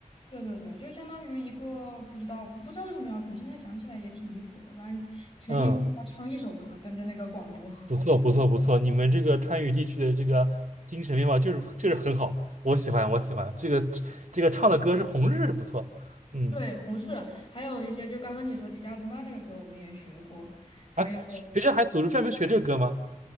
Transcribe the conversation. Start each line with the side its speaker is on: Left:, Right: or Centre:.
Left: 对对对，就相当于一个不知道不知道为什么要学，现在想起来也挺离谱的。反正全年级他唱一首歌，
Right: 嗯，
Left: 跟着那个广播。<laughs>
Right: 不错，不错，不错。你们这个川渝地区的这个精神面貌就是就是很好，我喜欢，我喜欢。这个这个唱的歌是《红日》，不错。嗯，
Left: 对，红日，还有一些就刚刚你说迪迦奥特曼那个歌，我们也学过，还有。
Right: 哎，学校还组织专门学这个歌吗？